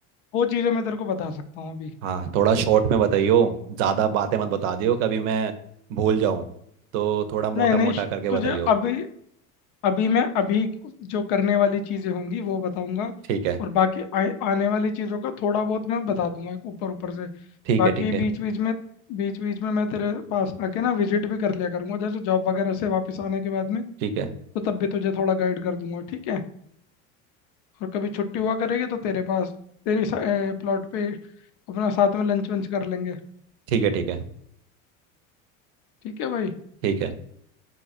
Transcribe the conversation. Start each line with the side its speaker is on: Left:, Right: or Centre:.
Left: वो चीज़ें मैं तेरे को बता सकता हूँ अभी
Right: हाँ थोड़ा शॉर्ट में बताइयो ज़्यादा बातें मत बता दियो कभी मैं भूल जाऊँ तो थोड़ा मोटा
Left: नहीं नहीं
Right: मोटा
Left: श-
Right: करके बताइयो
Left: तुझे अभी अभी मैं अभी जो करने वाली चीजें होंगी वो बताऊंगा
Right: ठीक है
Left: और बाकी आ, आने वाली चीजों का थोड़ा बहुत मैं बता दूंगा ऊपर ऊपर से
Right: ठीक
Left: बाकी
Right: है ठीक है
Left: बीच बीच में बीच बीच में मैं तेरे पास आके ना विजिट भी कर लिया करूंगा जैसे जॉब वगैरह से वापस आने के बाद में
Right: ठीक है
Left: तो तब भी तुझे थोड़ा गाइड कर दूंगा ठीक है और कभी छुट्टी हुआ करेगी तो तेरे पास तेरी प्लॉट पे अपना साथ में लंच वंच कर लेंगे
Right: ठीक है ठीक है
Left: ठीक है भाई
Right: ठीक है